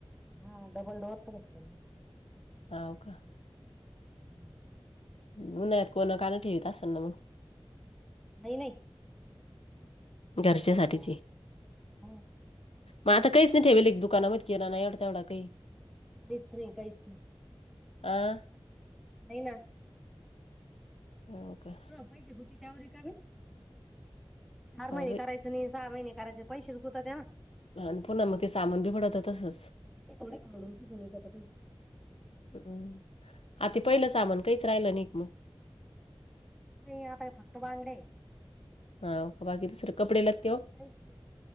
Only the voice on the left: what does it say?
होव का?
उन्हाळ्यात कोण काणं ठेवीत असेल ना मग
घरच्यासाठीची
मग आता काहीच नाही ठेवेल आहे का किराणा एवढा तेवढा काही
आह
हो का
हो
बाई
अ पुन्हा मग ते सामान बी पडत तसच
हम् आत पहिलं सामान काहीच राहिलं नक मग
ह का बाकी दुसर कपडे लते